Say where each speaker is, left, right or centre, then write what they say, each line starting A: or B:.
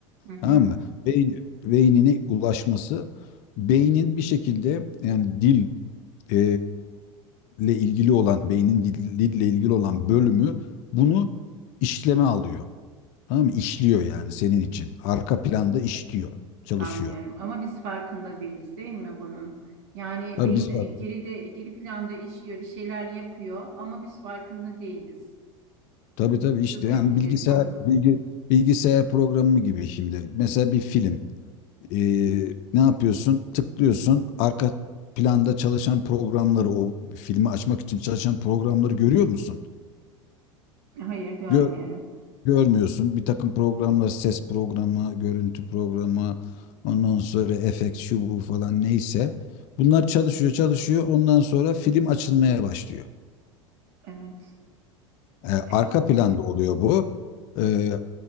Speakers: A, on the right; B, on the left.
A: Hı hı.
B: Tamam mı? Beyn, beynine ulaşması beynin bir şekilde yani dil e, ile ilgili olan beynin dil- dille ilgili olan bölümü bunu işleme alıyor. Tamam mı? İşliyor yani senin için. Arka planda işliyor, çalışıyor.
A: Anlıyorum ama biz farkında değiliz değil mi bunun? Yani
B: Tabii
A: beyin
B: biz bak
A: geride geri planda işliyor, bir şeyler yapıyor ama biz farkında değiliz.
B: tabii tabii işte
A: Çok enteresan.
B: yani bilgisayar bilgi bilgisayar programı gibi şimdi. Mesela bir film. Ee, ne yapıyorsun? Tıklıyorsun. Arka planda çalışan programları, o filmi açmak için çalışan programları görüyor musun?
A: Hayır görmüyorum.
B: Gör, görmüyorsun. Bir takım programlar, ses programı, görüntü programı, ondan sonra efekt şu bu falan neyse. Bunlar çalışıyor, çalışıyor. Ondan sonra film açılmaya başlıyor.
A: Evet.
B: Ee,
A: E,
B: arka planda oluyor bu. Ee,